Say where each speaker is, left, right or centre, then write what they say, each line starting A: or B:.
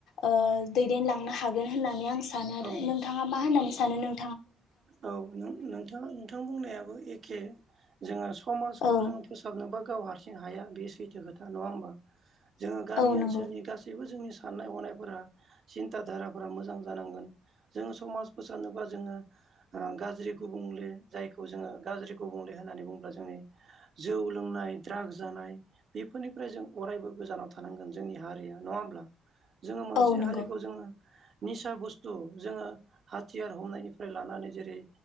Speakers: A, on the left (about 80°); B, on the right (about 50°).
A: ओ दैदेनलां हागोन होननानै आं सानो आरो
B: औ
A: नोंथाङा मा होननानै सानो नों
B: औ नों नोंथां नोंथां बुंनायाबो एखे जोङो समाजखौ
A: औ
B: जों फोसाबनोबा गाव हारसिं हाया बे सैथो खोथा नङा होमबा जोङो गामि
A: औ
B: ओनसोलनि
A: नंगौ
B: गासैबो जोंनि साननाय ह'नायफोरा सिन्था धाराफोरा मोजां जानांगोन जोङो समाज फोसानोबा जोङो ओ गाज्रि गुबुंले जायखौ जोङो गाज्रि गुबुंले होननानै बुङोब्ला जोंनि जौ लोंनाय ड्राग्स जानाय बेफोरनिफ्राय जों अरायबो गोजानाव थानांगोन जोंनि हारिया नङा होमब्ला जोङो मोनसे
A: औ नंगौ
B: हारिखौ जोङो निसा बुस्थु जोङो हाथियार हमनायनि लानानै जेरै